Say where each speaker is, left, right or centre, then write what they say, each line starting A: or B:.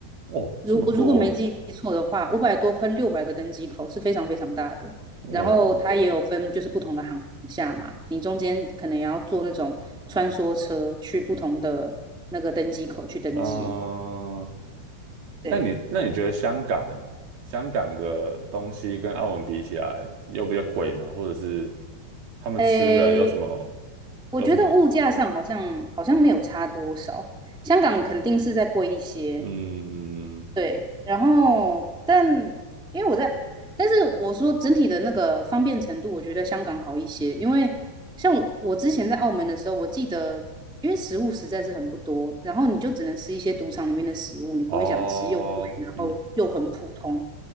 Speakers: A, on the right; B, in the centre.
A: 哦，
B: 如我如果没记错的话，
A: 这么多哦
B: 五百多快六百个登机口是非常非常大的。
A: 我，
B: 然后它也有分就是不同的航厦嘛，你中间可能也要坐那种穿梭车去不同的那个登机口去登机。
A: 嗯，那你那你觉得香港
B: 对，
A: 香港的东西跟澳门比起来，又比较贵吗？或者是他们吃的有什么
B: 诶，我觉得物价上好像好像没有差多少，
A: 有什么？
B: 香港肯定是在贵一些，
A: 嗯，
B: 对，然后但因为我在，但是我说整体的那个方便程度，我觉得香港好一些。因为像我我之前在澳门的时候，我记得因为食物实在是很不多，然后你就只能吃一些赌场里面的食物，你不会想吃又贵，
A: 哦，
B: 然后又很普通。
A: 你们